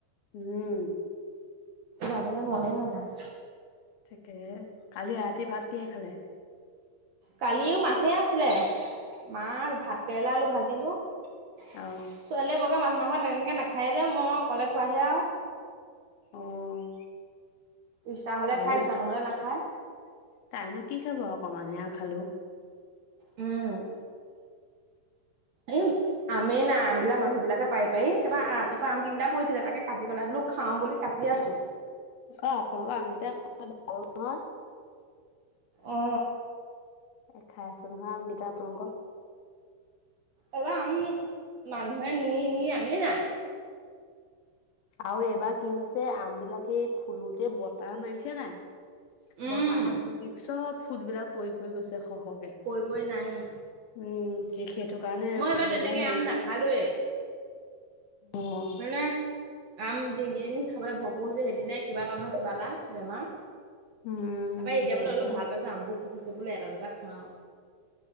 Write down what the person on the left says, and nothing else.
উম।
থিকেই কালি ৰাতি ভাত কিহে খালে?
অ',
অ',
তাইনো
- তাইনো কি খাব অকমানহে আৰু খালেও।
অ' আপোনালোকৰ আমগিটা খাবলে ভাল নহয়।
এ খাই আছো নহয় আমগিতা আপোনোকৰ।
আৰু এইবাৰ কি হৈছে আম বিলাকে ফুলোতে বতাহ মাৰিছে নাই।
বতাহত গুটি চব ফুটবিলাক পৰি পৰি গৈছে। এ সহজে
উম কৃষিত এইটো কাৰনে
আনবিলাক
অহ'।
উম
হয়
পাই